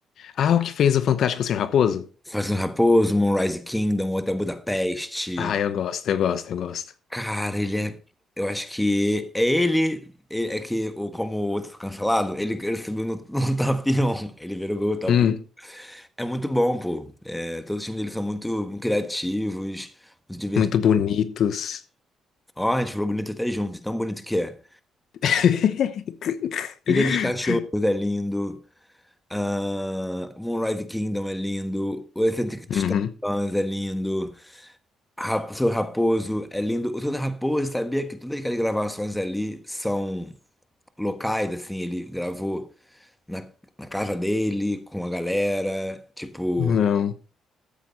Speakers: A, on the left; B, in the centre.
A: Ah, o que fez o Fantástico Senhor Raposo?
B: Faz um Raposo, Moonrise Kingdom, Hotel Budapeste.
A: Ah, eu gosto, eu gosto, eu gosto.
B: Cara, ele é. Eu acho que é ele. ele- É que o- como o outro foi cancelado, ele, ele subiu no, no <laughs> top 1. Ele virou gol top
A: Hum,
B: 1. É muito bom, pô. É, todos os times dele são muito criativos, muito divertidos.
A: muito bonitos.
B: Ó, a gente falou bonito até junto, tão bonito que é.
A: <laughs>
B: Ilha dos Cachorros é lindo. ah, Moonrise Kingdom é lindo. O Eccentric
A: Uhum.
B: Stars é lindo. Ra- O seu Raposo é lindo. O seu Raposo sabia que todas aquelas gravações ali são locais, assim, ele gravou na, na casa dele, com a galera. Tipo,
A: Não.